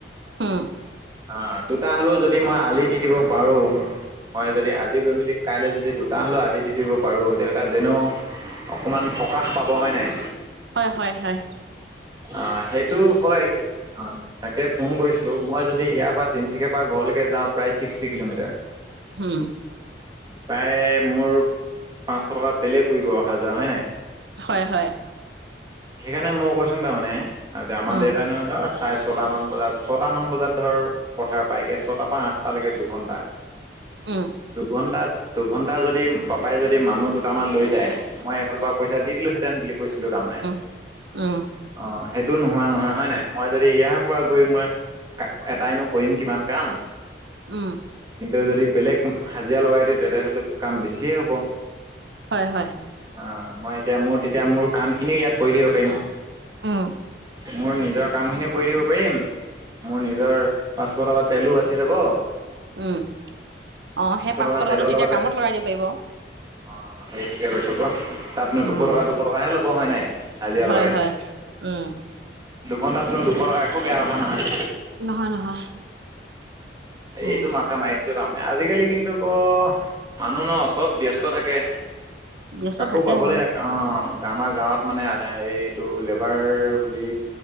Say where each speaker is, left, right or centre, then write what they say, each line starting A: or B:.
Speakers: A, on the right (about 75°); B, on the right (about 20°).
A: উম।
B: অ দুটা হলেও যদি মই আলি দি দিব পাৰো মই যদি আজি গৈ মেলি কাইলৈ যদি দু। তা হ'লেও আলি দি দিব পাৰোঁ দেউতা যেনেও অকণমান সকাহ পাব হয় নাই।
A: হয় হয় হয়।
B: অ সেইটো হয় অ। তাকে ফোন কৰিছিলোঁ মই যদি ইয়াৰ পৰা তিনিচুকীয় পৰা ঘৰলৈকে যাওঁ প্ৰায় ছিক্সটি কিলোমিটাৰ।
A: হুও।
B: প্ৰায় মোৰ পাঁচশ টকা তেলেই পুৰিব অহা যোৱা হয় নাই।
A: হয় হয়।
B: সেইকাৰণে মই কৈছো তাৰমানে আমাৰ
A: উম,
B: দেউতাই ন। চাৰে ছটামান বজাত ছটামান বজাত ধৰ পথাৰ পায়গে ছটাৰ পৰা আঠটালৈকে দুঘণ্টা।
A: উম,
B: দুঘন্টা দুঘন্টা যদি। যদি পাপাই যদি মানুহ দুটামান লৈ যায় মই এইফালৰ পৰা পইচা দি দিলোহেতেন বুলি কৈছিলো তাৰমানে।
A: উ
B: অ সেই। এইটো নোহোৱা নহয় হয় নাই মই যদি ইয়াৰ পৰা গৈ মই এটাইনো কৰিম কিমান কাম।
A: উম।
B: কিন্ত যদি বেলেগ হাজিৰা লগাই দিওঁ তেতিয়াহ'লে কাম বেছিয়ে হ'ব।
A: হয় হয়।
B: অ মই এতিয়া মোৰ তেতিয়া মোৰ কাম খিনিও ইয়াত কৰি দিব পাৰিম।
A: উ।
B: মোৰ নিজৰ কাম খিনিয়ও কৰি দিব পাৰিম মোৰ নিজৰ পাঁচশ টকা তেলো বাচি যাব।
A: উম অ সেই পাঁচশ
B: টকা
A: টকাটো
B: তেলৰ
A: তেতিয়া
B: লগতে
A: কামত লগাই দিব পাৰিব।
B: অ সেই কে কৈছো ক তাতনো
A: উম
B: দুশ টকা দুশ টকাহে ল'ব হয় নাই হাজিৰা
A: হয়
B: লগাই।
A: উম।
B: অন্ তাতন দুখৰ কথা একো বেয়া কথা নহয়।
A: নহয়, নহয়। উম
B: এইটো মাথা মাৰ তাৰমানে আজিকালি কিন্তু ক মানুহ ন চব ব্যস্ত থাকে।
A: ব্যস্ত
B: কাকো
A: থাকে
B: পাবলৈ,
A: উম
B: অ আমাৰ গাঁৱত মানে এইটো লেবাৰ বুলি